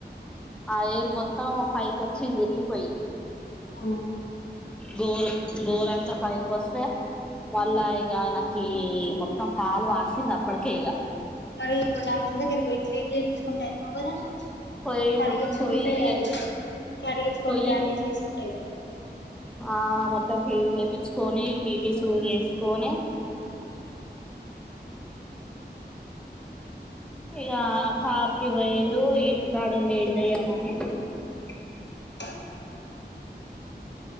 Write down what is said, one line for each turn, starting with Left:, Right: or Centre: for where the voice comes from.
Centre: ఆ వేలు మొత్తం పైకి వచ్చింది విరిగిపోంది
Left: ఆ
Centre: గోరు గోరు అంతా పైకి వస్తే మళ్ళా ఇక ఆయనకి మొత్తం కాలు వాసింది అప్పటికే ఇక
Left: మరి డాక్టర్ దగ్గరికి పోయి క్లీన్ చేయిుకుంటారు అయిపో కదా
Centre: పోయిండు
Left: కడిగించుకుంటే
Centre: పోయి
Left: అది కడిగించుకొని
Centre: పోయి
Left: బ్యాండేజ్ చేసుకుంటే అయిపో
Centre: ఆ మొత్తం క్లీన్ చేయిపించుకుని టిటి సూదసుకోనే ఇక కార్ కి పోయిండు ఇంటికాడుండి ఏ చెయ్యానుని
Left: <inaudible>